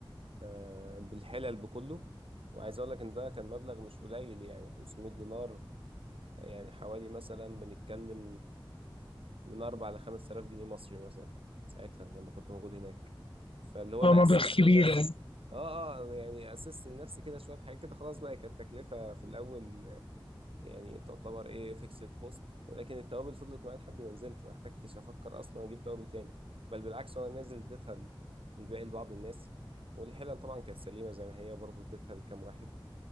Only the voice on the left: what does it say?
<laughs>
هو
مبلغ
كبير
يعني